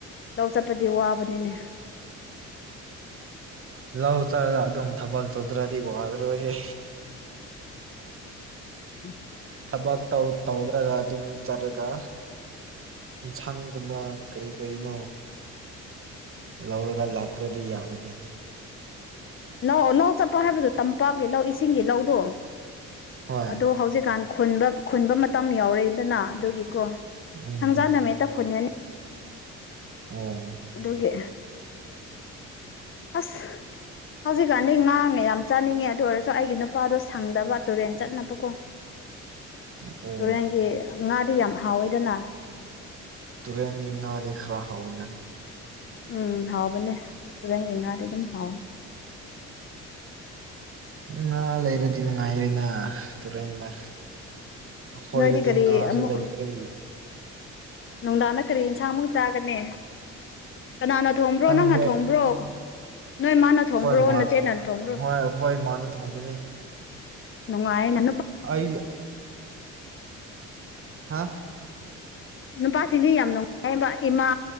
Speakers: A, on the left (about 45°); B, on the right (about 45°).
A: ꯂꯧ ꯆꯠꯄꯗꯤ ꯋꯥꯕꯅꯤꯅꯦ
B: ꯂꯧ ꯆꯔꯒ ꯑꯗꯨꯝ ꯊꯕꯛ ꯇꯧꯗ꯭ꯔꯗꯤ ꯋꯥꯂꯔꯣꯏꯍꯦ
A: ꯏ <inaudible>
B: ꯊꯕꯛ ꯇꯧꯗ꯭ꯔꯒ ꯑꯗꯨꯝ ꯆꯠꯂꯒ ꯌꯦꯟꯁꯥꯡꯒꯨꯝꯕ ꯀꯔꯤ ꯀꯔꯤꯅꯣ ꯂꯧꯔꯒ ꯂꯥꯛꯇ꯭ꯔꯗꯤ ꯌꯥꯔꯅꯤ
A: ꯂꯧ ꯂꯧ ꯆꯠꯄ ꯍꯥꯏꯕꯗꯣ ꯇꯝꯄꯥꯛꯀꯤ ꯂꯧ ꯏꯁꯤꯡꯒꯤ ꯂꯧꯗꯣ
B: ꯍꯣꯏ
A: ꯑꯗꯣ ꯍꯧꯖꯤꯛꯀꯥꯟ ꯈꯨꯟꯗ ꯃꯇꯝ ꯌꯥꯎꯔꯦꯗꯅ ꯑꯗꯨꯒꯤꯀꯣ
B: ꯎꯝ
A: ꯊꯥꯡꯖꯥ ꯅꯨꯃꯤꯠꯇ ꯈꯨꯟꯒꯅꯤ
B: ꯑꯣ
A: ꯑꯗꯨꯒꯤ ꯑꯁ ꯍꯧꯖꯤꯛꯀꯥꯟꯗꯤ ꯉꯥ‌ ꯃꯌꯥꯝ ꯆꯥꯅꯤꯡꯉꯦ ꯑꯗꯨ ꯑꯣꯏꯔꯁꯨ ꯑꯩꯒꯤ ꯅꯨꯄꯥꯗꯣ ꯁꯪꯗꯕ ꯇꯨꯔꯦꯟ ꯆꯠꯅꯕꯀꯣ
B: <unintelligible> ꯑꯣ
A: ꯇꯨꯔꯦꯟꯒꯤ ꯉꯥꯗꯤ ꯌꯥꯝ ꯍꯥꯎꯋꯦꯗꯅ
B: ꯇꯨꯔꯦꯟꯒꯤ ꯉꯥꯗꯤ ꯈꯔ ꯍꯥꯎꯋꯦꯅ
A: ꯎꯝ ꯍꯥꯎꯕꯅꯦ ꯇꯨꯔꯦꯟꯒꯤ ꯉꯥꯗꯤ ꯑꯗꯨꯝ ꯍꯥꯎꯋꯦ
B: ꯎ ꯉꯥ ꯂꯩꯔꯗꯤꯅ ꯅꯨꯉꯥꯏꯔꯦꯅ ꯇꯨꯔꯦꯟꯗ ꯑꯩꯈꯣꯏꯗꯗꯤ
A: ꯅꯣꯏꯗꯤ ꯀꯔꯤ
B: ꯉꯥꯁꯨ
A: ꯑꯃꯨꯛ
B: ꯂꯩꯇ꯭ꯔꯦ
A: ꯅꯨꯡꯗꯥꯡꯗ ꯀꯔꯤ ꯌꯦꯟꯁꯥꯡꯃꯨꯛ ꯆꯥꯒꯅꯤ ꯀꯅꯥꯅ ꯊꯣꯡꯕ꯭ꯔꯣ
B: ꯈꯪꯗꯦ
A: ꯅꯪꯅ ꯊꯣꯡꯕ꯭ꯔꯣ ꯅꯣꯏ ꯃꯥꯅ ꯊꯣꯡꯕ꯭ꯔꯣ
B: ꯑꯩꯈꯣꯏꯃꯥꯅ
A: ꯅꯆꯦꯅ ꯊꯣꯡꯕ꯭ꯔꯣ
B: ꯍꯣꯏ ꯑꯩꯈꯣꯏ ꯃꯥꯅ ꯊꯣꯡꯒꯅꯤ
A: ꯅꯨꯉꯥꯥꯢꯅ
B: ꯑꯩ ꯍꯥ
A: ꯅꯨꯄꯥꯁꯤꯡꯗꯤ ꯌꯥꯝ ꯅꯨꯡꯉꯥꯏꯕ ꯏꯃꯥ